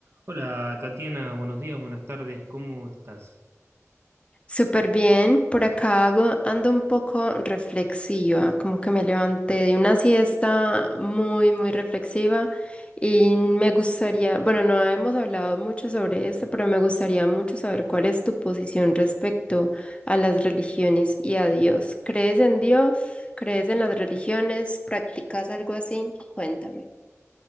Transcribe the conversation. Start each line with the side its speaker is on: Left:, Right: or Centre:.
Right: Hola Tatiana, buenos días, buenas tardes, ¿cómo estás?
Left: Súper bien, por acá hago- ando un poco reflexiva, como que me levanté de una siesta muy, muy reflexiva y me gustaría, bueno, no hemos hablado mucho sobre esto, pero me gustaría mucho saber cuál es tu posición respecto a las religiones y a Dios. ¿Crees en Dios? ¿Crees en las religiones? ¿Practicas algo así? Cuéntame.